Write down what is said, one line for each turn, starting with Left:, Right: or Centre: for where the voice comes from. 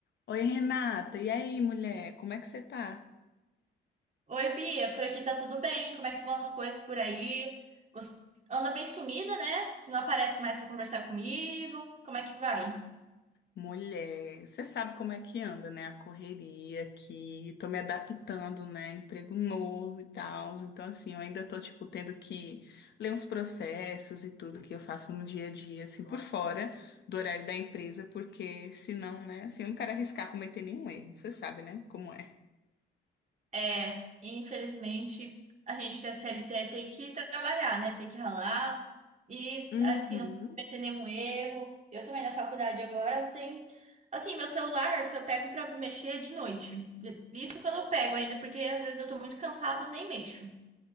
Left: Oi, Renata. E aí, mulher? Como é que você tá?
Right: Oi, Bia, por aqui tá tudo bem? Como é que vão as coisas por aí? Você Anda bem sumida, né? Não aparece mais pra conversar comigo. Como é que vai?
Left: Mulher, você sabe como é que anda, né? A correria aqui. Tô me adaptando, né? Emprego novo e tal. Então, assim, eu ainda tô, tipo, tendo que ler uns processos e tudo que eu faço no dia a dia, assim, por fora do horário da empresa, porque senão, né? Assim, eu não quero arriscar cometer nenhum erro. Você sabe, né? Como é.
Right: É, infelizmente, a gente que é CLT tem que trabalhar, né? Tem que ralar. E,
Left: Uhum.
Right: assim, não cometer nenhum erro. Eu também na faculdade agora tem. Assim, meu celular, se eu pego pra mexer é de noite. Isso quando eu pego ainda, porque às vezes eu tô muito cansada, eu nem mexo.